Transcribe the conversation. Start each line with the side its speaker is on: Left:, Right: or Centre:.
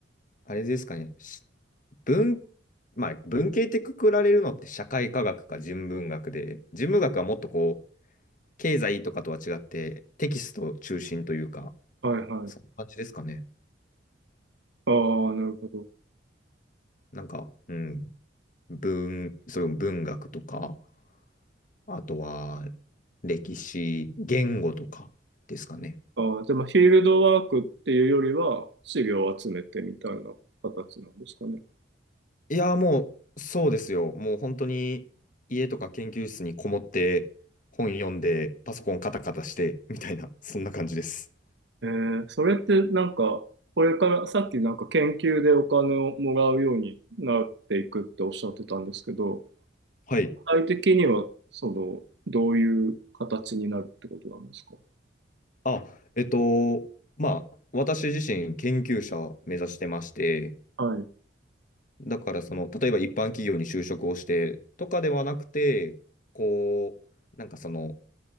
Left: あれですかね。し文、まあ文系ってくくられるのって社会科学か人文学で、人文学はもっとこう、経済とかとは違って、テキスト中心というか、
Right: はいはい。
Left: そんな感じですかね。
Right: ああ、なるほど。
Left: なんか、うん、文、それも文学とか、あとは歴史、言語とかですかね。
Right: ああ、じゃあ、まあ、フィールドワークっていうよりは、資料を集めてみたいな形なんですかね。
Left: いやー、もう、そうですよ。もう本当に家とか研究室にこもって、本読んで、パソコンカタカタして、みたいな、そんな感じです。
Right: えー、それってなんか、これからさっきなんか研究でお金をもらうようになっていくっておっしゃってたんですけど、
Left: はい。
Right: 具体的には、その、どういう形になるってことなんですか
Left: あ、えっと、まあ、私自身研究者目指してまして、
Right: はい、
Left: だからその、例えば一般企業に就職をしてとかではなくて、こう、なんかその、